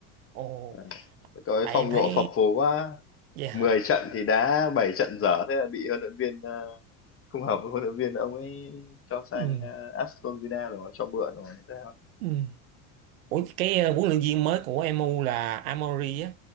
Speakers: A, on the right; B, on the left.
A: Ồ,
B: Ờ, cậu ấy
A: tại
B: phong
A: em thấy
B: độ phập phù quá
A: vậy hả?
B: 10 trận thì đá 7 trận dở thế là bị huấn luyện viên ờ, không hợp với huấn luyện viên ông ấy cho sang
A: Ừ.
B: ờ, Aston Villa rồi cho mượn rồi hay sao ấy.
A: Ừ. Ủa cái ờ, huấn luyện viên mới của em MU là Amory á